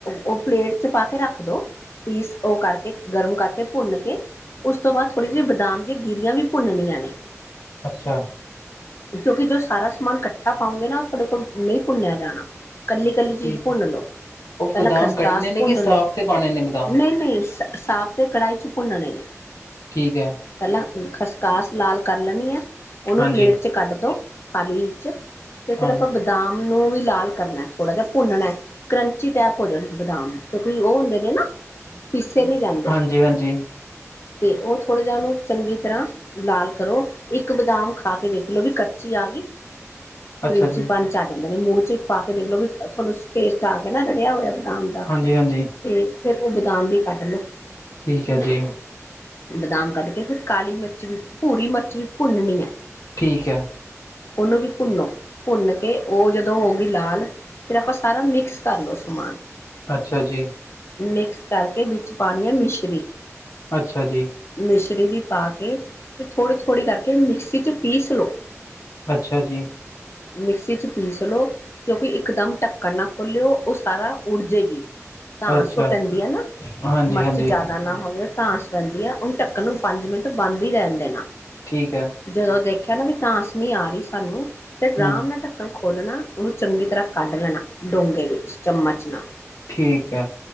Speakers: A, on the left; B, on the left.
A: ਓ ਪਲੇਟ ਚ ਪਾ ਕੇ ਰੱਖਦੋ। ਪੀਸ ਓ ਕਰਕੇ ਗਰਮ ਕਰਕੇ ਭੁੰਨ ਕੇ ਉਸ ਤੋਂ ਬਾਅਦ ਥੋੜ੍ਹੀ ਜੀ ਬਾਦਾਮ ਦੀ ਗਿਰੀਆਂ ਵੀ ਭੁੰਨਣੀਆਂ ਨੇ।
B: ਅੱਛਾ।
A: ਕਿਉਂਕਿ ਜੋ ਸਾਰਾ ਸਮਾਨ ਕੱਠਾ ਪਾਉਂਗੇ ਨਾ, ਓ ਥੋਡੇ ਕੋਲ ਨਈਂ ਭੁੰਨਿਆ ਜਾਣਾ ਕੱਲੀ-ਕੱਲੀ
B: ਠੀਕ
A: ਚੀਜ਼ ਭੁੰਨ
B: ਹੈ।
A: ਲੋ,
B: ਉਹ
A: ਪੈਲਾਂ
B: ਬਦਾਮ
A: ਖਸਕਾਸ
B: ਕੱਟਣੇ ਨੇ
A: ਭੁੰਨ
B: ਕਿ ਸਾਫ਼
A: ਲੋ,
B: ਤੇ ਪਾਉਣੇ ਨੇ ਬਦਾਮ,
A: ਨਈਂ ਨਈਂ ਸਾ ਸਾਫ਼ ਤੇ ਕੜਾਈ ਚ ਭੁੰਨਣੇ ਨੇ।
B: ਠੀਕ ਐ।
A: ਪੈਲਾਂ ਖਸਕਾਸ ਲਾਲ ਕਰ ਲੈਣੀ ਐ, ਓਨੂੰ
B: ਹਾਂਜੀ।
A: ਪਲੇਟ ਚ ਕੱਢ ਦੋ ਥਾਲੀ ਵਿੱਚ ਤੇ
B: ਹਾਂਜੀ,
A: ਫੇਰ ਆਪਾਂ ਬਾਦਾਮ ਨੂੰ ਵੀ ਲਾਲ ਕਰਨਾ, ਥੋੜ੍ਹਾ ਜਿਆ ਭੁੰਨਣਾ। ਕਰੰਚੀ ਟੈਇਪ ਹੋੋਜਨ ਬਾਦਾਮ ਕਿਉਂਕਿ ਓ ਹੁੰਦੇ ਨੇ ਨਾ ਪੀਸੇ ਨਈਂ ਜਾਂਦੇ।
B: ਹਾਂਜੀ, ਹਾਂਜੀ,
A: ਤੇ ਓ ਥੋੜ੍ਹਾ ਜਿਆ ਓਨੂੰ ਚੰਗੀ ਤਰ੍ਹਾਂ ਲਾਲ ਕਰੋ, ਇੱਕ ਬਦਾਮ ਖਾ ਕੇ ਦੇਖ ਦੇਖਲੋ ਵੀ ਕਰਚੀ ਆ ਗਈ, ਕਰੰਚੀ
B: ਅੱਛਾ ਜੀ,
A: ਪਣ ਚ ਆ ਜਾਂਦੇ ਨਾ ਮੂੰਹ ਵਿੱਚ ਚ ਪਾ ਕੇ ਦੇਖਲੋ ਵੀ ਟੇਸਟ ਆ ਗਿਆ ਨਾ ਰੜਿਆ ਹੋਇਆ ਬਾਦਾਮ
B: ਹਾਂਜੀ ਹਾਂਜੀ।
A: ਤੇ ਫੇਰ ਉਹ ਬਾਦਾਮ ਵੀ ਕੱਢ ਲੇ।
B: ਠੀਕ ਐ ਜੀ।
A: ਬਾਦਾਮ ਕੱਢ ਕੇ ਫੇਰ ਕਾਲੀ ਮਿਰਚ ਵੀ, ਭੂਰੀ ਮਿਰਚ ਵੀ ਭੁੰਨਣੀ ਐ।
B: ਠੀਕ ਹੈ,
A: ਓਨੂੰ ਵੀ ਭੁੰਨੋ, ਭੁੰਨ ਕੇ ਓ ਜਦੋਂ ਹੋਗੀ ਲਾਲ ਫੇਰ ਆਪਾਂ ਸਾਰਾ ਮਿਕਸ ਕਰ ਲੋ ਸਮਾਨ।
B: ਅੱਛਾ ਜੀ।
A: ਮਿਕਸ ਕਰਕੇ ਵਿੱਚ ਪਾਣੀ ਐ ਮਿਸ਼ਰੀ।
B: ਅੱਛਾ ਜੀ।
A: ਮਿਸ਼ਰੀ ਵੀ ਪਾ ਕੇ ਤੇ ਥੋੜ੍ਹੀ-ਥੋੜ੍ਹੀ ਕਰਕੇ ਮਿਕਸੀ ਚ ਪੀਸ ਲੋ।
B: ਅੱਛਾ ਜੀ।
A: ਮਿਕਸੀ ਚ ਪੀਸ ਲੋ ਕਿਉਂਕਿ ਇੱਕਦਮ ਢੱਕਣ ਨਾ ਖੋਲ੍ਹਿਓ, ਓ ਸਾਰਾ ਉੱਡ ਜੇਗੀ। ਤਾਂਸ
B: ਅੱਛਾ
A: ਓ ਪੈਂਦੀ ਐ ਨਾ,
B: ਹਾਂਜੀ-ਹਾਂਜੀ
A: ਮਿਰਚ ਜਿਆਦਾ ਨਾ ਹੋਵੇ। ਤਾਂਸ ਰੈਂਦੀ ਐ। ਉਨੂੰ ਢੱਕਣ ਨੂੰ ਪੰਜ ਮਿੰਟ ਬੰਦ ਈ ਰੈਣ ਦੇਣਾ।
B: ਠੀਕ ਐ।
A: ਜਦੋਂ ਦੇਖਿਆ ਨਾ ਵੀ ਤਾਂਸ ਨੀਂ ਆ ਰੀ ਸਾਨੂੰ। ਤੇ ਰਾਮ
B: ਹੂੰ
A: ਨਾਂ ਢੱਕਣ ਖੋਲਣਾ ਉਨੂੰ ਚੰਗੀ ਤਰ੍ਹਾਂ ਕੱਢ ਲੈਣਾ ਡੋਂਗੇੇ ਵਿੱਚ, ਚਮਚ ਨਾਲ।
B: ਠੀਕ ਐ।